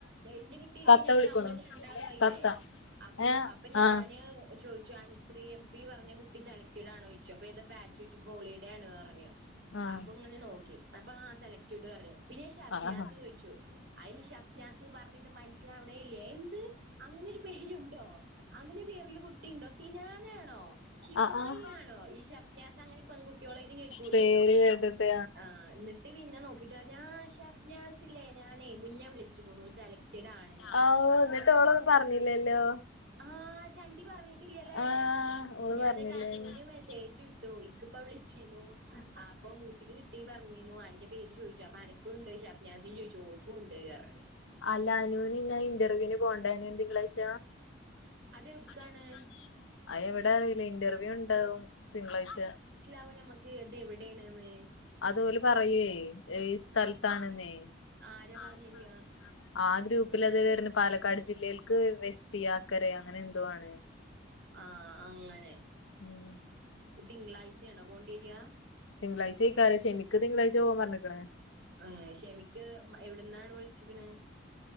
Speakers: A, on the right; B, on the left.
A: ന്റെ കിട്ടി കഴിഞ്ഞപ്പൊ
B: കത്ത വിളിക്കണു
A: ഞമ്മള് രണ്ടാളു ആയില്ലേ
B: കത്ത
A: അപ്പ്
B: ഏഹ്
A: അപ്പൊ ഞാന്
B: ആഹ്
A: ചോയ്ച്ചു അനുശ്രീ എം പി പറഞ്ഞ കുട്ടി സെലക്ട് ക്റ്റ് ടാണോ ച്ചു അപ്പൊ ഏത ബാച്ച്ച്ചു ഹോളിഡേ ആണ് പർഞ്ഞു
B: ആഹ്
A: അപ്പൊങ്ങനെ നോക്കി അപ്പ ആ സെലക്ട്ഡ് ർയും പിന്നെ ഷ ഷഫ്നാസോയ്ച്ചു
B: ആഹ്
A: അയ്ന് ഷഫ്നാസ് പറഞ്ട്ട് മനസ്സിലാവ്ണേല്ല എന്ത് അങ്ങനൊരു പേരുണ്ടോ അങ്ങനെ ഒരു പേറല് കുട്ടി ഇണ്ടോ സിനാനാണോ? ഷിഫായിലാണോ
B: ആഹ് ആഹ്
A: ഈ ഷഫ്നാസ് അങ്ങനെ പെൺകുട്ടികളെ ആയിട്ട് കേൾക്കൂലല്ലോ
B: പേര് കേട്ടിട്ട്
A: ആഹ് എന്നി ട്ട് പിന്നെ നോക്കിട്ട് പറഞ്ഞു ആഹ് ഷ നാസില്ലേ ഞാനേ മുന്നേ വിളിച്ചിക്ക്ണു സെലക്റ്റഡ് ആണ് പറഞ്ഞ്
B: ഔ എന്നിട്ട് ഓളത് പറഞ്ഞില്ലല്ലോ.
A: ആഹ് ചണ്ടി പറഞ്ഞിട്ടില്യല്ലേ
B: ആഹ് ഓള്
A: ഞാൻ
B: പറഞ്ഞില്ലേന്ന്
A: എന്നിട്ട് അനൂന് മെസ്സേജ് ഇട്ടു ഇക്ക ഇപ്പ വിളിച്ചീനു ആഹ് അപ്പൊ മൂസിക്ക് <unintelligible> തീ പറഞ്ഞീന്നു അന്റെ പേര് ചോദിച്ചു അപ്പ അനക്കുണ്ട് ഷഫ്നാസും ചോദിച്ചു ഓൾക്കും ഇണ്ട് പറഞ്ഞ്.
B: അല്ല അനൂന് ഇന്ന് ഇന്റർവ്യൂന് പോണ്ടെ അനൂന് തിങ്കളാഴ്ച
A: അതെവിടുക്കാണ്
B: അത് എവിട്ക്കാണ് അത് എവിടെയാ അറിയൂല ഇന്റർവ്യൂ ഇണ്ടാവും തിങ്കളാഴ്ച
A: ലാവോ ഞമക്ക് എത് എവിടെ ആണ്ന്ന്?
B: അത് ഓല് പറയേ ഏത് സ്ഥലത്താണ്ന്നേ
A: ആഹ് ആരാ
B: <unintelligible>
A: പറഞ്ഞരിക
B: ആ ഗ്രൂപ്പില് അത് വരണ് പാലക്കാട് ജില്ലയിൽക്ക് വെസ്റ്റ യാക്കര അങ്ങനെ എന്തോ ആണ്.
A: ആഹ് അങ്ങനെ
B: ഉം
A: തിങ്കളാഴ്ചയാണോ പോണ്ടി വെരാ.
B: തിങ്കളാഴച്ചയ്ക്കാരം ഷെമിക്ക് തിങ്കളാഴ്ച പോവാൻ പർഞ്ഞിക്ക്ണ്.
A: ആഹ് ഷെമിക്ക് എവിടെന്നാണ് വിളിച്ചിക്ക്ണ്?